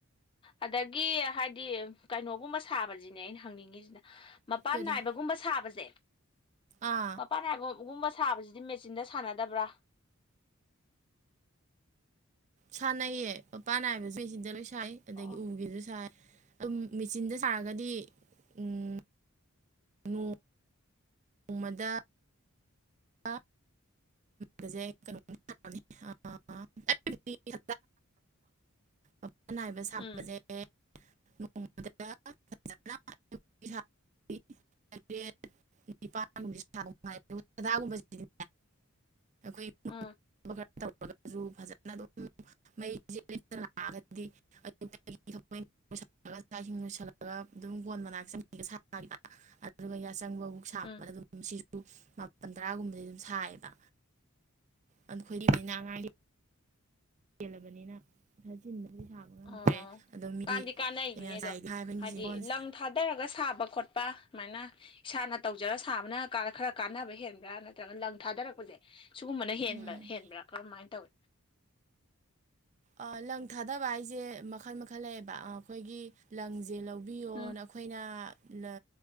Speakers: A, on the left; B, on the right.
A: ꯑꯗꯒꯤ ꯍꯥꯏꯗꯤ ꯀꯩꯅꯣꯒꯨꯝꯕ ꯁꯥꯕꯖꯤꯅꯦ ꯑꯩꯅ ꯍꯪꯅꯤꯡꯉꯤꯖꯤꯅ ꯃꯄꯥꯟ
B: ꯀꯔꯤ
A: ꯅꯥꯏꯕꯒꯨꯝꯕ ꯁꯥꯕꯖꯦ
B: ꯑꯥ
A: ꯃꯄꯥꯟꯅꯥꯏꯒꯨꯝꯕ ꯁꯥꯕꯖꯤꯗꯤ ꯃꯦꯆꯤꯟꯗ ꯁꯥꯟꯅꯗꯕ꯭ꯔꯥ
B: ꯁꯥꯟꯅꯩꯌꯦ ꯃꯄꯥꯟ ꯅꯥꯏꯕꯖꯨ ꯑꯁꯤꯗ ꯂꯣꯏ ꯁꯥꯏ ꯑꯗꯩ
A: ꯑꯣ
B: ꯎꯒꯤꯖꯨ ꯁꯥꯏ ꯑꯗꯨꯝ ꯃꯦꯆꯤꯟꯗ ꯁꯥꯔꯒꯗꯤ ꯎꯝ ꯅꯣꯡ ꯅꯣꯡꯃꯗ ꯑꯥ ꯕꯖꯧ ꯀꯩꯅꯣꯗꯤ <unintelligible> ꯃꯄꯥꯟ ꯅꯥꯏꯕ ꯁꯥꯕꯖꯦ
A: ꯎꯝ
B: ꯅꯣꯡꯃꯗ ꯐꯖꯅ <unintelligible> ꯇꯔꯦꯠ ꯅꯤꯄꯥꯥꯟꯒꯨꯝꯕꯖꯦ ꯁꯥꯕ ꯅꯨꯡꯉꯥꯏ ꯑꯗꯨꯒ ꯁꯗꯥꯒꯨꯝꯕꯖꯤꯗꯤ ꯑꯈꯣꯏꯒꯤ <unintelligible>
A: ꯎꯝ
B: ꯈꯔ ꯇꯧꯔꯒꯖꯨ ꯐꯖꯅ ꯑꯗꯨꯝ ꯃꯩꯖꯦ ꯂꯦꯞꯇꯅ ꯂꯥꯛꯑꯒꯗꯤ <unintelligible> ꯆꯥꯛ ꯏꯁꯤꯡ ꯂꯣꯏꯁꯜꯂꯒ ꯑꯗꯨꯝ ꯀꯣꯟ ꯃꯅꯥꯛ ꯆꯪꯉꯤꯒ ꯁꯥꯒꯤꯕ ꯑꯗꯨꯒ ꯌꯥꯆꯪꯕꯕꯨꯛ ꯁꯥꯕꯗ
A: ꯎꯝ
B: ꯑꯗꯨꯝ ꯁꯤꯖꯨ ꯃꯥꯄꯟ ꯇꯔꯥꯒꯨꯝꯕꯗꯤ ꯑꯗꯨꯝ ꯁꯥꯏꯌꯦꯕ ꯑꯗꯣ ꯈꯣꯏꯗꯤ ꯃꯤꯅ ꯑꯉꯥꯡꯒꯤ ꯍꯦꯜꯂꯕꯅꯤꯅ <unintelligible> ꯐꯤꯁꯥ ꯉꯝꯗ꯭ꯔꯦ
A: ꯑꯣ
B: ꯑꯗꯣ ꯃꯤꯗꯤ
A: ꯀꯥꯟꯗꯤ ꯀꯥꯟꯅꯩꯅꯤꯅꯦ
B: ꯌꯥꯝ ꯌꯥꯝ
A: ꯑꯗꯣ
B: ꯁꯥꯏꯗꯤ ꯍꯥꯏꯕꯅꯤ
A: ꯍꯥꯏꯗꯤ
B: ꯃꯦꯆꯤꯟ ꯀꯣꯟꯖꯦ
A: ꯂꯪ ꯊꯥꯗꯔꯒ ꯁꯥꯕ ꯈꯣꯠꯄ ꯑꯃꯥꯏꯅ ꯏꯁꯥꯅ ꯇꯧꯖꯔ ꯁꯥꯕꯅ ꯈꯔ ꯀꯥꯟꯅꯕ ꯍꯦꯟꯕ꯭ꯔꯥ ꯅꯠꯇ꯭ꯔꯒ ꯂꯪ ꯊꯥꯗꯔꯛꯄꯖꯦ ꯁꯨꯒꯨꯝꯕꯅ ꯍꯦꯟꯕ
B: ꯎꯝ
A: ꯍꯦꯟꯕ꯭ꯔꯥ ꯀꯔꯝꯃꯥꯏ ꯇꯧꯏ
B: ꯑ ꯂꯪ ꯊꯥꯗꯕ ꯍꯥꯏꯖꯦ ꯃꯈꯜ ꯃꯈꯜ ꯂꯩꯌꯦꯕ ꯑꯈꯣꯏꯒꯤ ꯂꯪꯖꯦ ꯂꯧ ꯕꯤꯌꯣꯅ
A: ꯎꯝ
B: ꯑꯈꯣꯏꯅ ꯂ